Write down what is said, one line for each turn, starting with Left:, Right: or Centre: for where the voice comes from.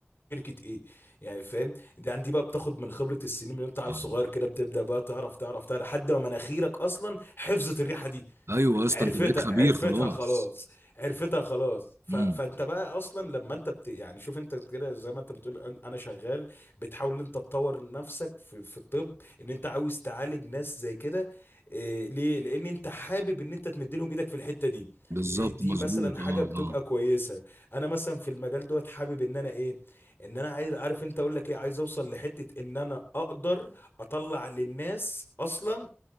Left: شركة ايه يعني فاهم ده عندي بقى بتاخد من خبرة السنين من انت عيل
Right: اه
Left: صغير كده بتبدأ بقى تعرف تعرف تعرف لحد ما مناخيرك اصلا حفظت الريحة دي
Right: ايوه يا اسطى
Left: عرفتها
Right: انت بقيت خبير
Left: عرفتها
Right: خلاص
Left: خلاص عرفتها خلاص ف...
Right: امم
Left: فانت بقى اصلا لما انت بت... يعني شوف انت كده زي ما انت بتقول أن- انا شغال بتحاول ان انت تطور نفسك في... في الطب ان انت عاوز تعالج ناس زي كده إيه... ليه لان انت حابب ان انت تمد لهم ايدك في الحتة دي
Right: بالظبط
Left: إيه، دي
Right: مظبوط
Left: مثلا حاجة
Right: اه
Left: بتبقى
Right: اه
Left: كويسة انا مثلا في المجال دوت حابب ان انا ايه ان انا عايز عارف انت اقول لك ايه عايز اوصل لحتة ان انا اقدر اطلع للناس اصلا